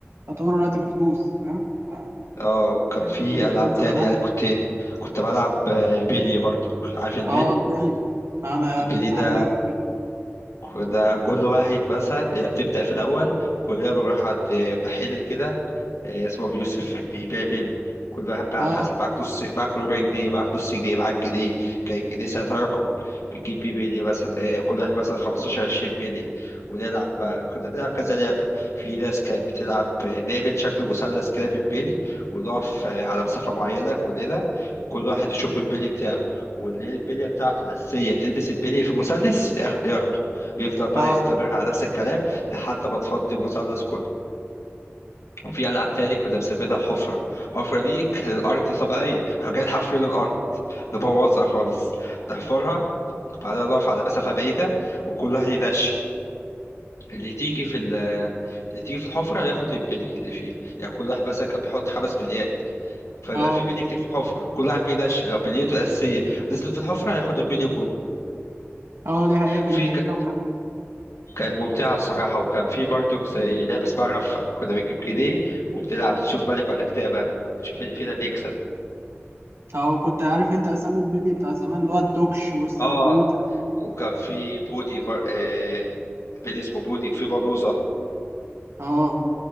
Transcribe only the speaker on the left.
اه وكان
في
ألعاب تاني
يعني كنت كنت بلعب آه، بيلي برضه عارف البيلي؟
البيلي
ده
وده كل واحد مثلا هي بتبدأ في الأول كلنا بنروح عند محل كده آه، اسمه أبو يوسف بيبيع بلي كل واحد بقى
على حسب معاك نص معاك ربع جنيه معاك نص جنيه معاك جنيه كان الجنيه ساعتها رقم بتجيب بيه بلي مثلا آه، كل واحد مثلا 15 20 بلي ونلعب بقى كنا بنلعب كذا لعبة في ناس كانت بتلعب آه، نعمل شكل مثلث كده بالبلي ونقف آه، على مسافة معينة كلنا كل واحد يشوف البلي بتاعه واللي هي البلية بتاعته الأساسية تلبس البلي في المثلث ياخ- ياخده ويفضل بقى
يستمر على نفس الكلام لحد ما تفضي المثلث كله وفي ألعاب تاني كنا بنسميها حفرة، الحفرة دي كانت الأرض طبيعية، كنا جايين حافرين الأرض نبوظها خالص، نحفرها بعدها نقف على مسافة بعيدة وكل واحد يدش اللي تيجي في ال- اللي تيجي في الحفرة ياخد البلي اللي فيها، يعني كل واحد مثلا كان بيحط خمس بليات فيبقى
في بلي كتير في الحفرة، كل واحد بيدش لو بليته الأساسية نزلت في الحفرة هياخد البلي كله،
في
ك-
كانت ممتعة الصراحة وكان في برضه زي لعبة اسمها رفة، كنا بنجيب جنيه وبنلعب تشوف ملك ولا كتابة، تشوف اللي فينا اللي يكسب.
اه وكان في بودي بر- آه، بيلي اسمه بودي وفي بلوزة